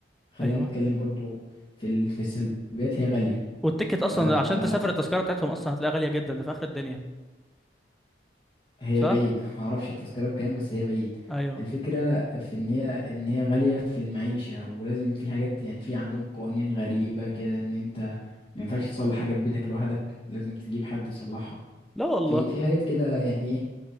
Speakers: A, on the left (about 30°); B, in the centre.
A: خلينا
B: ايوه
A: نتكلم برضو في ال... في السلبيات هي غالية
B: والتيكت اصلا
A: فهي
B: عشان تسافر التذكره بتاعتهم اصلا هتلاقيها غاليه جدا ده في اخر الدنيا
A: بعيد
B: صح
A: معرفش التذكرة بكام بس هي بعيد
B: ايوه
A: الفكرة في ان هي ان هي غالية في المعيشة ولازم في حاجات يعني في عندهم قوانين غريبة كده ان انت ما ينفعش تصلح حاجة في بيتك لوحدك لازم تجيب حد يصلحها
B: لا والله
A: في في حاجات كده يعني ايه